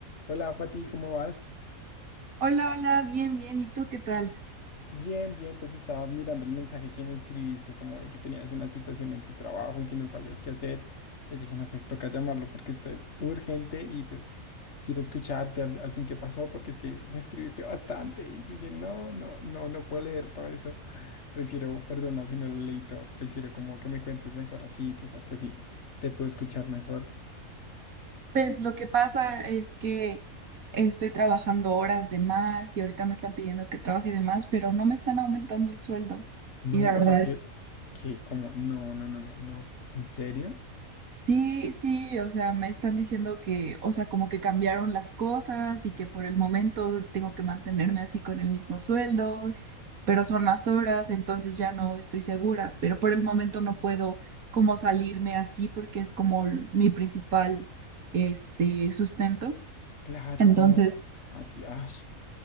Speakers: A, on the left; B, on the right.
A: Hola Fati, ¿cómo vas?
B: Hola, hola, bien, bien. ¿Y tú qué tal?
A: Bien, bien, pues estaba mirando el mensaje que me escribiste, como de que tenías una situación en tu trabajo y que no sabías qué hacer. Entonces dije, no, pues toca llamarlo porque esto es urgente y pues quiero escucharte al, al fin qué pasó porque es que me escribiste bastante y yo dije, no, no, no, no puedo leer todo eso. Prefiero, perdona si no lo leí todo, prefiero como que me cuentes mejor así, tú sabes que así te puedo escuchar mejor.
B: Pues lo que pasa es que estoy trabajando horas de más y ahorita me están pidiendo que trabaje de más, pero no me están aumentando el sueldo.
A: No,
B: Y la verdad
A: o sea, te-
B: es
A: que como, no, no, no, no, no, ¿en serio?
B: Sí, sí, o sea, me están diciendo que, o sea, como que cambiaron las cosas y que por el momento tengo que mantenerme así con el mismo sueldo, pero son más horas, entonces ya no estoy segura, pero por el momento no puedo como salirme así porque es como l- mi principal, este, sustento.
A: Claro,
B: Entonces,
A: no. A ti, ash.